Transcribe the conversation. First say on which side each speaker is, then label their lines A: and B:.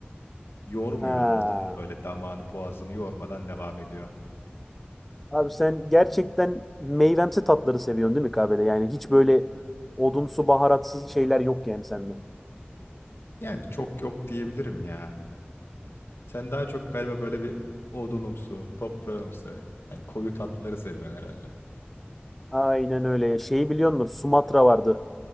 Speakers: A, on the left (about 85°); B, in the centre.
A: Yormuyor
B: Ha.
A: anladın mı? Böyle damağını boğazını yormadan devam ediyor.
B: Abi sen gerçekten meyvemsi tatları seviyorsun değil mi kahvede? Yani hiç böyle odunsu baharatsız şeyler yok yani sende.
A: Yani çok yok diyebilirim ya. Sen daha çok galiba böyle bir odunumsu, toprağımsı, hani koyu tatları seviyorsun herhalde.
B: Aynen öyle. Şeyi biliyorsunuz Sumatra vardı.